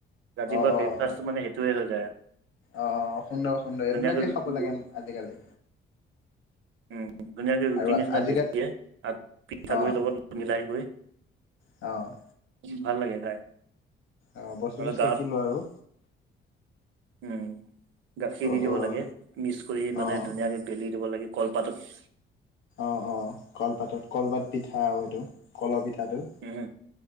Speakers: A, on the right; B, on the left.
A: ৰাতিপুৱা
B: অ',
A: ব্ৰেকফাষ্টটো
B: অ', অ',
A: মানে সেইটোৱে হৈ যায়
B: অ', অ', সুন্দৰ সুন্দৰ
A: ধুনীয়াকে
B: এইবিলাকে
A: ৰুটি
B: খাব লাগে। আজিকালি।
A: উম, ধুনীয়াকে ৰুটি
B: আৰু
A: নিচিনা
B: আজিকালি
A: বেলি পিঠাগুড়িৰ
B: অ',
A: লগত মিলাই কৰি
B: অ'।
A: ভাল লাগে খাই।
B: অ', বস্তুটো
A: গাত
B: চেকি লোৱা আৰু।
A: উম, গাখীৰ
B: অ',
A: দি দিব
B: অ',
A: লাগে মিক্স কৰি মানে
B: অ',
A: ধুনীয়াকে বেলি দিব লাগে কলপাতত
B: অ', অ', কলপাতত কলপাত পিঠা আৰু এইটো কলৰ পিঠাটো।
A: উম